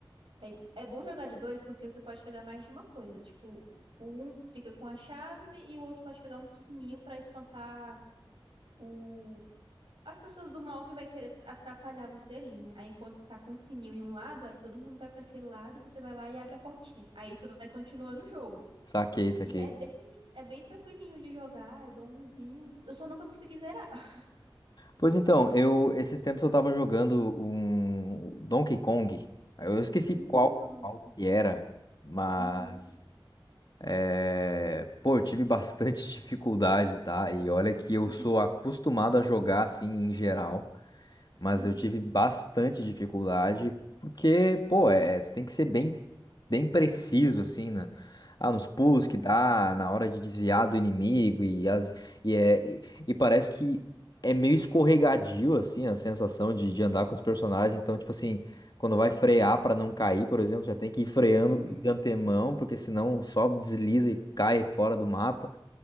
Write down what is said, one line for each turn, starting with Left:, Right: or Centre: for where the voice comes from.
Right: Aí, é bom jogar de dois porque você pode pegar mais de uma coisa. Tipo, o um fica com a chave e o outro pode pegar um sininho pra espantar o... as pessoas do mal que vai querer atrapalhar você ali, né? Aí, enquanto você tá com o sininho em um lado, aí todo mundo vai pra aquele lado e você vai lá e abre a portinha. Aí isso vai continuando o jogo.
Left: Saquei, saquei.
Right: E é bem, é bem tranquilinho de jogar, é bonzinho. Eu só nunca consegui zerar. <laughs>
Left: Pois então, eu esses tempos eu tava jogando um Donkey Kong. Aí Eu esqueci
Right: Hum,
Left: qual,
Right: nossa.
Left: qual que era, mas
Right: Uhum.
Left: é, pô, eu tive bastante <laughs> dificuldade, tá? E olha que eu
Right: <laughs>
Left: sou acostumado a jogar assim em geral. Mas
Right: Uhum,
Left: eu tive bastante dificuldade, porque, pô, é, é, tu tem que ser bem, bem preciso, assim, né? Ah, nos pulos
Right: uhum,
Left: que dá, na hora de desviar do inimigo, e, as, e, é, e, e parece que é meio escorregadio, assim, a sensação de, de andar com os personagens. Então, tipo assim, quando vai frear para não cair, por exemplo, já tem que ir freando
Right: uhum.
Left: de antemão, porque senão só desliza e cai fora do mapa.